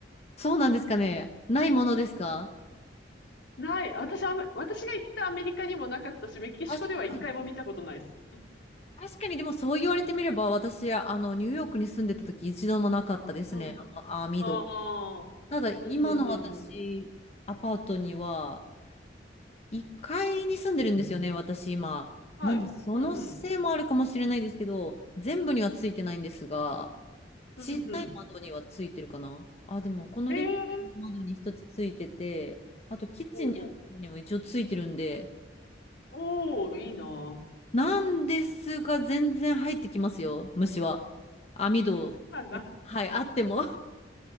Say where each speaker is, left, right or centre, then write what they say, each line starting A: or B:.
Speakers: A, on the left; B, on the left.
A: そうなんですかね。ないものですか
B: ない。私、あめ私が行ったアメリカにもなかったし、メキシコでは一回も見たことないです。
A: 確かに。確かに、でもそう言われてみれば、私、あの、ニューヨークに住んでた時一度もなかったですね、
B: うん。
A: あの網戸。
B: ああ。
A: ただ、
B: うん、
A: 今の私、
B: うん、うん、うん。
A: アパートには、1階に住んでるんですよね、私今。
B: はい。
A: なんで、そのせいもあるかもしれないですけど、
B: うん、うん。
A: 全部にはついてないんですが、
B: うん、
A: 小さい窓にはついてるかな。
B: うん。
A: あ、でも、このリビングの窓に一つついてて、
B: へえ。
A: あと、キッチンにある窓にも一応ついてるんで、
B: ほうほう。おー、いいな。
A: なんですが、全然入ってきますよ、虫は。網戸、
B: あ、な、
A: やはい、あっても。